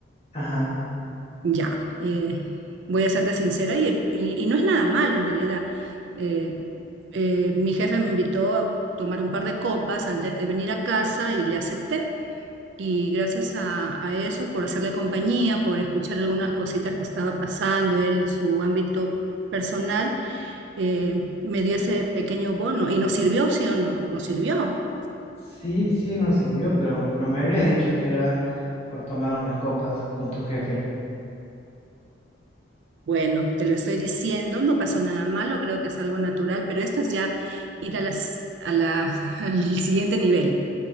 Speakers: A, on the left; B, on the right.
A: ajá.
B: Ya, eh, voy a serte sincera y, y- y no es nada malo en realidad. Eh, eh, mi jefe me invitó a tomar un par de copas antes de venir a casa y le acepté. Y gracias a, a eso, por hacerle compañía, por escuchar algunas cositas que estaba pasando él, en su ámbito personal, eh, me dio ese pequeño bono. ¿Y nos sirvió, sí o no? Nos sirvió.
A: Sí, sí nos sirvió, pero no me habías dicho que era por tomar unas copas con tu jefe.
B: Bueno, te lo estoy diciendo, no pasó nada malo, creo que es algo natural, pero esto es ya ir a las, a la, <laughs> al siguiente nivel.